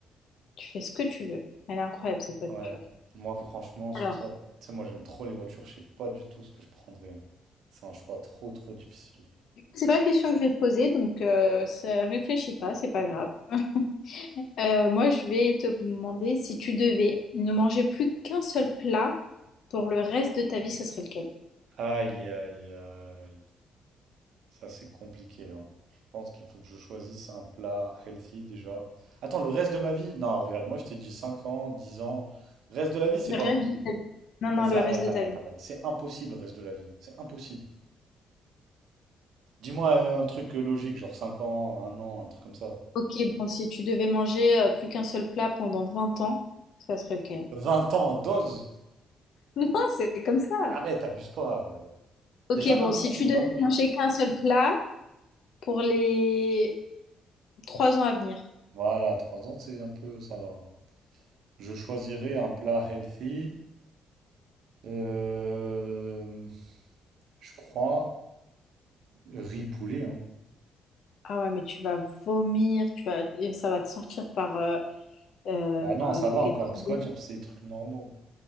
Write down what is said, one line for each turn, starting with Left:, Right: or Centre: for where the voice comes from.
Left: tu fais ce que tu veux. Elle est incroyable, cette voiture.
Right: Ouais. Moi franchement sur
Left: Alors,
Right: ça, tu sais, moi j'aime trop les voitures, je sais pas du tout ce que je prendrais. hein. C'est un choix trop trop difficile.
Left: c'est pas la question que je vais te poser, donc euh, ça, réfléchis pas, c'est pas grave. <laughs> Euh, moi, je vais te demander si tu devais ne manger plus qu'un seul plat pour le reste de ta vie, ce serait lequel?
Right: Aïe aïe aïe. Ça, c'est compliqué, hein. Je pense qu'il faut que je choisisse un plat healthy déjà. Attends, le reste de ma vie? Non, regarde, moi je t'ai dit 5 ans, 10 ans. Reste de la vie, c'est
Left: Le
Right: pas
Left: reste
Right: possible.
Left: de ta vie. Non, non,
Right: Vas-y,
Left: le
Right: arrête,
Left: reste de
Right: arrête,
Left: ta vie.
Right: arrête. C'est impossible, reste de la vie. C'est impossible. Dis-moi euh, un truc euh, logique, genre cinq ans, un an, un truc comme ça.
Left: Ok, bon, si tu devais manger euh, plus qu'un seul plat pendant 20 ans, ça serait lequel? <laughs>
Right: Vingt ans, dose.
Left: Non, c'est comme ça.
Right: Arrête, abuse pas. euh.
Left: Ok,
Right: Déjà,
Left: bon,
Right: un an,
Left: si
Right: c'est
Left: tu
Right: une
Left: devais
Right: dinguerie.
Left: manger qu'un seul plat pour les trois ans à venir.
Right: Voilà, 3 ans, c'est un peu, ça va. Je choisirais un plat healthy. Euh, je crois riz poulet, hein.
Left: Ah ouais, mais tu vas vomir, tu vas, et ça va te sortir par, euh, euh,
Right: Bah
Left: par
Right: non, ça
Left: les
Right: va encore,
Left: trous.
Right: parce que Watch Up, c'est des trucs normaux.